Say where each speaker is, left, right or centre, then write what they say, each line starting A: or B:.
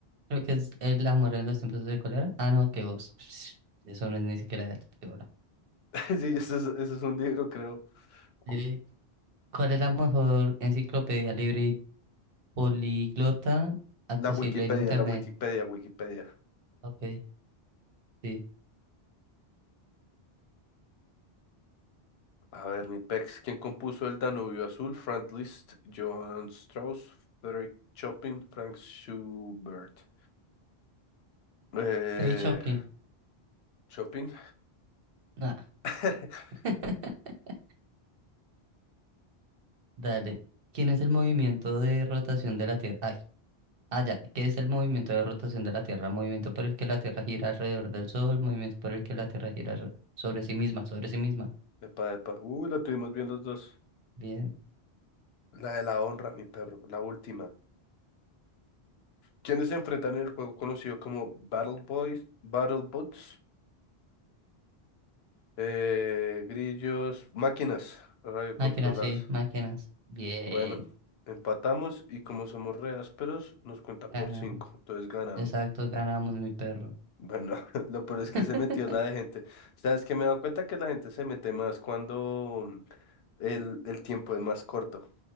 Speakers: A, on the right; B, on the left.
A: Creo que es el amor en los tiempos de cólera. Ah, no, que vos. <sniffs> Eso no es ni siquiera de de bola.
B: <laughs> Sí, eso es, eso es un libro, creo. Cu-
A: Sí. ¿Cuál es la mejor enciclopedia libre y políglota accesible
B: La Wikipedia,
A: en internet?
B: la Wikipedia, Wikipedia.
A: Ok, sí.
B: A ver, mi pex. ¿Quién compuso El Danubio Azul? Franz Liszt, Johann Strauss, Frédéric Chopin, Frank Schubert. Eh,
A: Ray Choplin.
B: Chopin.
A: Ah.
B: <laughs>
A: <laughs> Dale. ¿Quién es el movimiento de rotación de la Tierra? Ay, ah, ya. ¿Qué es el movimiento de rotación de la Tierra? Movimiento por el que la Tierra gira alrededor del Sol, movimiento por el que la Tierra gira re- sobre sí misma, sobre sí misma.
B: Epa, epa. Uy, la tuvimos bien los dos.
A: Bien.
B: La de la honra, mi perro, la última. ¿Quiénes se enfrentan en el juego conocido como Battle Boys, Battle Bots, eh, grillos, máquinas radiocontroladas?
A: Máquinas, sí, máquinas. Bien.
B: Bueno, empatamos y como somos re ásperos, nos cuenta por
A: Ganamos.
B: cinco, entonces ganamos.
A: Exacto, ganamos, mi perro.
B: Bueno, <laughs> lo peor
A: <laughs>
B: es que se metió la de gente. ¿Sabes que Me he dado cuenta que la gente se mete más cuando mm, el, el tiempo es más corto.